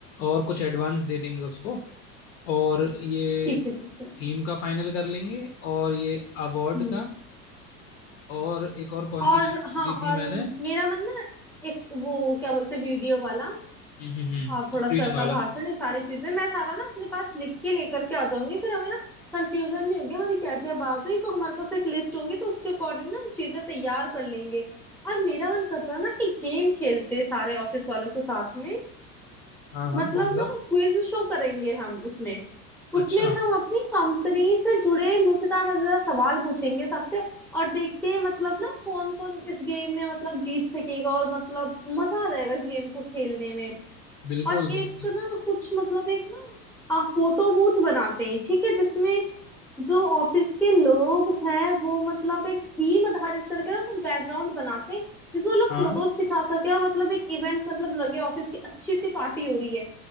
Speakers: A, on the left; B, in the centre.
A: और कुछ एडवांस दे देंगे उसको और ये
B: ठीक है ठीक है
A: थीम का फाइनल कर लेंगे और ये अवार्ड
B: हम्म
A: का और एक और कौन
B: और
A: सी चीज
B: हाँ
A: दी थी
B: और
A: मैंने
B: मेरा मन ना एक वो क्या बोलते वीडियो वाला
A: हम्म हम्म हम्म
B: और थोड़ा
A: स्क्रीनिंग
B: सर का
A: वाला
B: भाषण ये सारी चीजें मैं सारा ना अपने पास लिख के लेकर के आ जाऊंगी फिर हमें ना कंफ्यूजन नहीं होगी हमारी क्या क्या बात हुई तो हमारे पास एक लिस्ट होगी तो उसके अकॉर्डिंग ना हम चीजें तैयार कर लेंगे और मेरा मन कर रहा है ना एक गेम खेलते सारे ऑफिस वालों के साथ में
A: हाँ हाँ
B: मतलब
A: कौन
B: ना
A: सा
B: वो क्विज शो करेंगे हम उसमें उसमें
A: अच्छा
B: हम अपनी कंपनी से जुड़े मजेदार मजेदार सवाल पूछेंगे सबसे और देखते हैं मतलब ना कौन कौन इस गेम में मतलब जीत सकेगा और मतलब मजा आ जाएगा इस गेम को खेलने में
A: बिल्कुल
B: और एक
A: बिल्कुल
B: ना कुछ मतलब एक ना आ, फोटो बूथ बनाते हैं ठीक है जिसमें जो ऑफिस के लोग हैं वो मतलब एक थीम आधारित करके ना कुछ बैकग्राउंड बनाते हैं जिसमें वो लोग
A: हाँ
B: फोटोज खिंचा सके और मतलब एक इवेंट मतलब लगे ऑफिस की अच्छी सी पार्टी हो रही है